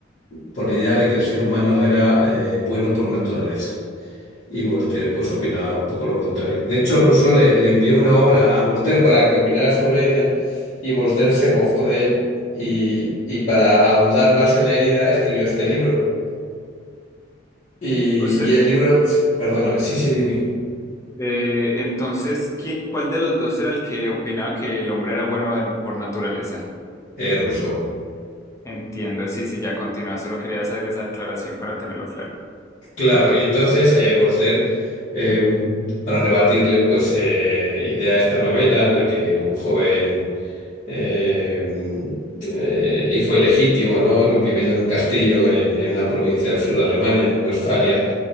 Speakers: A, on the left; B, on the left.
A: por la idea de que el ser humano era eh, bueno por naturaleza. Y Voltaire pues opinaba un poco lo contrario. De hecho, Rousseau le, le envió una obra a Voltaire para que opinara sobre ella y Voltaire se mofó de él y, y para ahondar más en la herida escribió este libro. Y,
B: Usted,
A: y el libro, perdóname, sí, sí, dime,
B: Eh, entonces, ¿qui- ¿cuál de los dos era el que opinaba que el hombre era bueno de- por naturaleza?
A: eh, Rousseau.
B: Entiendo, sí, sí, ya continúa. Solo quería hacer esa aclaración para tenerlo claro.
A: Claro, y entonces eh, Voltaire, eh, para rebatirle, pues eh, idea esta novela en la que un joven eh, eh, hijo ilegítimo, ¿no? viviendo en un castillo en, en una provincia del sur de Alemania, en Westfalia,